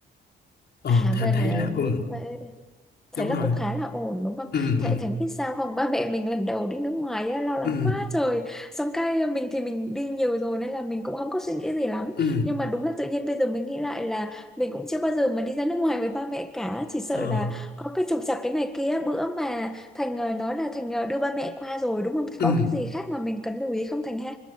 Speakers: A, on the left; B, in the centre.
A: Ờ
B: à
A: Thành
B: vậy
A: thấy
B: là
A: là ừ,
B: như vậy thấy
A: đúng
B: là
A: rồi.
B: cũng khá là ổn đúng không?
A: Ừ ừ
B: Tại Thánh biết sao không? Ba mẹ mình lần đầu đi nước ngoài á, lo lắng
A: ừ
B: quá trời. Xong cái ờ, mình thì mình đi nhiều rồi nên là mình cũng không có suy nghĩ gì lắm.
A: ừ
B: Nhưng mà đúng là tự nhiên bây giờ mình nghĩ lại là mình cũng chưa bao giờ mà đi ra nước ngoài với ba mẹ cả. Chỉ sợ
A: ờ
B: là có cái trục trặc cái này kia. Bữa mà Thành ờ, nói là Thành ờ, đưa ba mẹ qua rồi đúng không? Thì
A: ừ
B: có cái gì khác mà mình cần lưu ý không Thành ha?